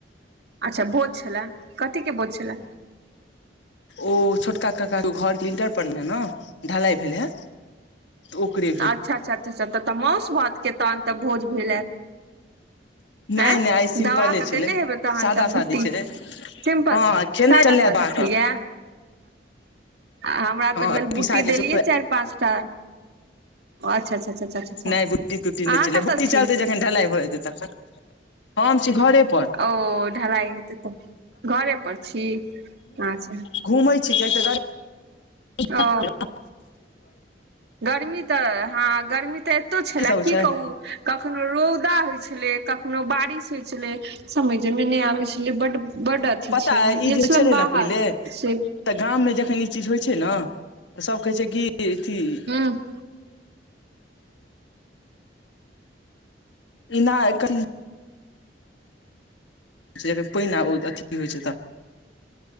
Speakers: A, on the right (about 65°); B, on the left (about 80°).
A: अच्छा भोज छला, कथी के भोज छलए?
B: ओ छोटका ककाके घरके लिंटर परलैन ने ढ़लाई भेलैहा। ओकरे।
A: अच्छा अच्छा अच्छा अच्छा तहन त माउस भातके तहन त भोज भेल हैत।
B: नहि
A: ऐं
B: नहि आइ सिम्पले
A: दबाक
B: छलै
A: देने हेबै तहन
B: सादा
A: त बूट्टी।
B: सादी छलै
A: सिम्पल
B: हँ खेनाइ
A: सादा
B: छलै
A: सादी
B: बाहर
A: खेलीया। आ हमरा
B: हँ
A: तऽ भेल बूटी
B: पिसाजी
A: देलियै चारि पाँच टा। ओ अच्छा अच्छा अच्छा अच्छा अच्छा,
B: नहि बुट्टी तुट्टी नहि
A: अहाँ
B: छलै
A: कतऽ
B: बुट्टी
A: छी?
B: चलतै ढलाई भ जेतेय तखन हम छी घरे पर
A: ओ ढलाइ हेतय तखन घरे पर छी अछा।
B: घुमय छि किय तऽ गड़- - <inaudible>
A: ओ
B: <inaudible>
A: गर्मी तऽ हँ गर्मी तऽ एतो छलै
B: सब होइ
A: की
B: छै
A: कहू- - कखनो रौदा होइ छलै, कखनो बारिश होइ छलै, समयझे में नहि आबै छलैई। ई बड बड अथी
B: पता
A: छै
B: अइ ई
A: गेल
B: जे होइ
A: छलहुँ
B: छलै
A: बाहर
B: ने पहिले
A: से- -
B: तऽ गाममे जखन ई चीज होइ छै न तऽ सब कहै छै कि अथी- -
A: हँ- -
B: इ ना एखन- - छै त पेईने आ ओ अथी पीबय छैई त।